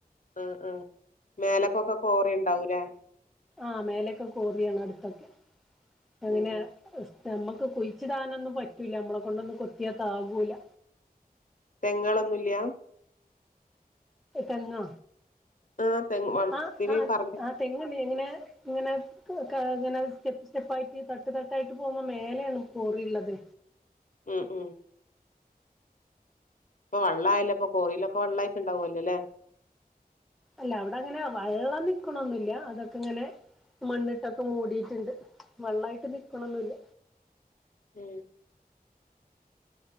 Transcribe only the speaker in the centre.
ആഹ്, മേലേക്കെ കോറിയാണ്- അടുത്തൊക്കെ. അങ്ങനെ
നമ്മുക്ക്- കുയ്ച്ചിടാനൊന്നും പറ്റൂല. നമ്മളെ കൊണ്ടൊന്നും കൊത്തിയ താങ്ങ്ല്ല.
തെങ്ങോ?
ആഹ്, ആഹ്
ആഹ്, തെങ്ങണ്ട്. ഇങ്ങനെ, ഇങ്ങനെ- ഇങ്ങനെ സ്റ്റെപ്പ്, സ്റ്റെപ്പായിട്ട്, തട്ട്- തട്ടായിട്ട്, പോമ്പോ മേലെയാണ്- കോറി ഇള്ളത്.
അല്ല അവിടെ അങ്ങനെ വെള്ളം- നിക്കണൊന്നൂല്ല അതൊക്കെ- ഇങ്ങനെ- മണ്ണിട്ടൊക്കെ മൂടിട്ടിണ്ട്. വെള്ളായിട്ട് നിക്കണൊന്നുല്ല.